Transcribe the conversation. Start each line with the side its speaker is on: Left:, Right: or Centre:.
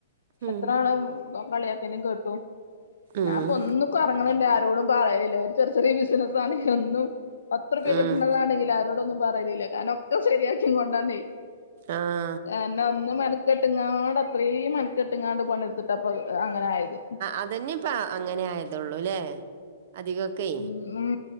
Right: ഉം
Left: എത്രാനാളായികളിയാക്കലും കേട്ടു.
Right: ഉം
Left: ഞാൻപ്പൊ ഒന്നുക്കും അർങ്ങ്ണ്ല്ല ആരോടും പറയല് ല്ല ഒരു ചെറ് ചെറിയേ കേസ്നിപ്പം ആണെ ഒന്നും പത്ത്റുപ്യ
Right: ഉം
Left: കിട്ട്ണതാണെങ്കിലും ആരോടൊന്നും പറയലില്ല കാരണം ഒക്കെ ശരിയാക്കി കൊണ്ടാണെ
Right: ആഹ്
Left: ആഹ് എന്നാ ഒന്ന് മെനക്കെട്ടിങ്ങാണ്ട് അത്രീം മെനക്കെട്ടിങ്ങാണ്ട് പണിട് ത്തപ്പ അങ്ങനായത്
Right: അതന്നേ മ് ഇപ്പ അങ്ങനെ ആയതൊള്ളൂല്ലേ അധികം ക്കെ
Left: ഉം ഉം